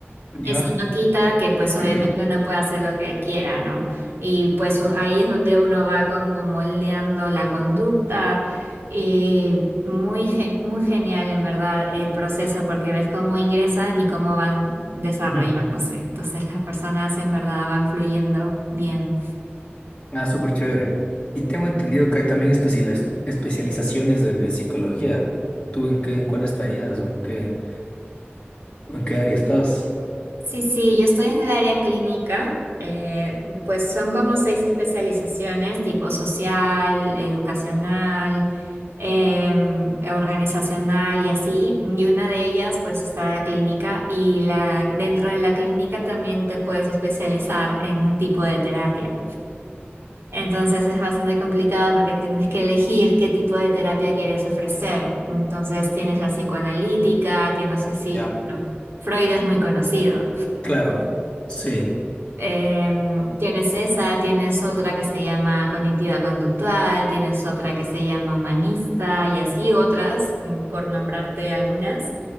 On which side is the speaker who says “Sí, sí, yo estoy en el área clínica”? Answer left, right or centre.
Right